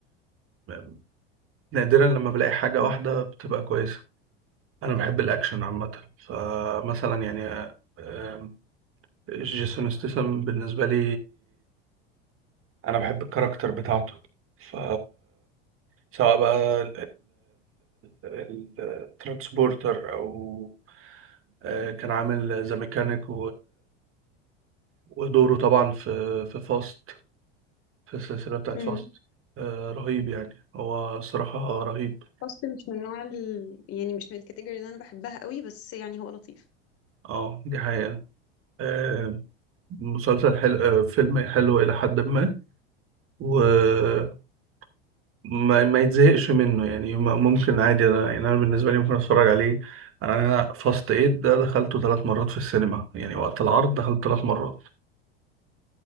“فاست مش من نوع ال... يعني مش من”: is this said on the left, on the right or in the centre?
Left